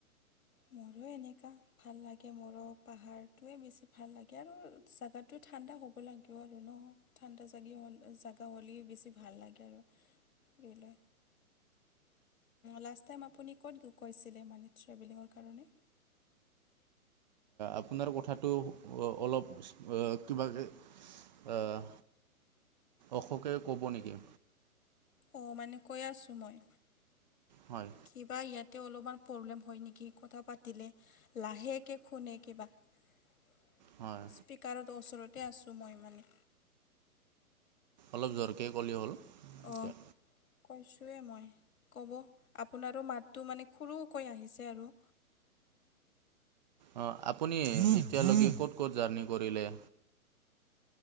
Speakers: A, on the left; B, on the right.
A: মোৰো এনেকুৱা ভাল লাগে মৰহ পাহাৰটোৱে বেছি ভাল লাগে আৰু জোগাটো ঠাণ্ডা হ'ব লাগে আৰু ন ঠাণ্ডা জাগি হ'ল জাগা হ'লেই বেছি ভাল লাগে আৰু ফুৰি লৈ লাষ্ট টাইম আপুনি ক'ত কৈছিলে মানে ট্ৰেভেলিঙৰ কাৰণে
B: আপোনাৰ কথাটো অলপ কিব আহ অশোকে কব নেকি
A: অ মানে কৈ আছো মই
B: হয়
A: কিবা ইয়াতে অলপমান প্ৰব্লেম হয় নেকি কথা পাতিলে লাহেকে শুনে কিবা <inaudible>
B: হয়।
A: স্পীকাৰত ওচৰতে আছোঁ মই মানে।
B: অলপ জোৰকে ক'লি হ'ল।
A: অ'।
B: এতিয়া
A: কৈছোঁৱেই মই, ক'ব, আপোনাৰো মাতটো মানে সৰুকৈ আহিছে আৰু।
B: অ', আপুনি এতিয়ালৈকে ক'ত ক'ত জাৰ্নি কৰিলে?